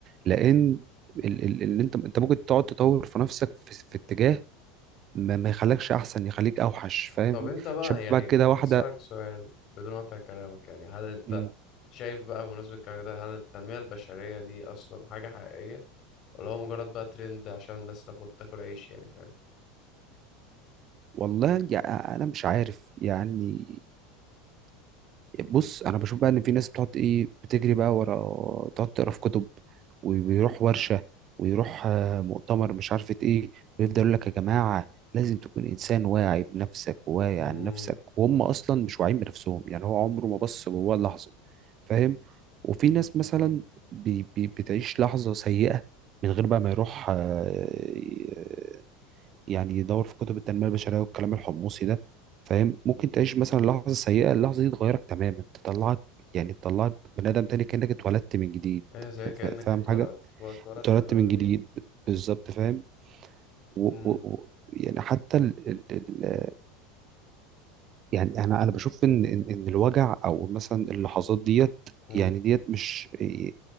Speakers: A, on the right; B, on the left.
A: لان ال- ال- اللي انت انت ممكن تقعد تطور في نفسك في, في اتجاه ما, ما يخليكش احسن يخليك اوحش فاهم
B: طب انت بقى
A: شباب
B: يعني
A: كده واحده
B: هسألك سؤال بدون قطع كلامك يعني هل انت
A: مم،
B: شايف بقى بمناسبة الكلام ده هل التنمية البشرية دي أصلا حاجة حقيقية ولا هو مجرد بقى ترند عشان الناس تاخد تاكل عيش يعني فاهم؟
A: والله يا- انا مش عارف يعني بص انا بشوف بقى ان في ناس بتقعد ايه بتجري بقى ورا تقعد تقرا في كتب وي- ويروح ورشه ويروح آه، مؤتمر مش عارفه ايه ويفضل يقول لك يا جماعه لازم تكون انسان واعي بنفسك وواعي
B: امم
A: عن نفسك وهم اصلا مش واعيين بنفسهم يعني هو عمره ما بص جواه لحظه فاهم وفي ناس مثلا بي بي بتعيش لحظه سيئه من غير بقى ما يروح آه، يعني يدور في كتب التنمية البشرية والكلام الحمصي ده فاهم ممكن تعيش مثلا لحظة سيئة اللحظة دي تغيرك تماما تطلعك يعني تطلعك بني آدم تاني كأنك اتولدت من جديد
B: ايه زي كأنك
A: فا- فاهم
B: اتولدت
A: حاجة
B: اتولدت
A: اتولدت
B: من الأول
A: من جديد
B: دي
A: ب- بالظبط فاهم و
B: امم
A: و و يعني حتى ال ال ال يعني انا انا بشوف ان ان إن الوجع او مثلا اللحظات ديت
B: امم
A: يعني ديت مش ال